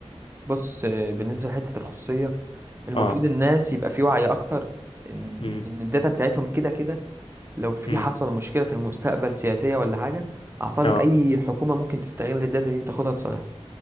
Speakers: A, on the right; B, on the left.
A: بص آه، بالنسبة لحتة الخصوصية المفروض
B: اه
A: الناس يبقى في وعي اكتر ان
B: امم
A: ان الداتا بتاعتهم كده كده لو في
B: امم
A: حصل مشكلة في المستقبل سياسية ولا حاجة اعتقد
B: اه
A: اي حكومة ممكن تستغل الداتا دي وتاخدها لصالحها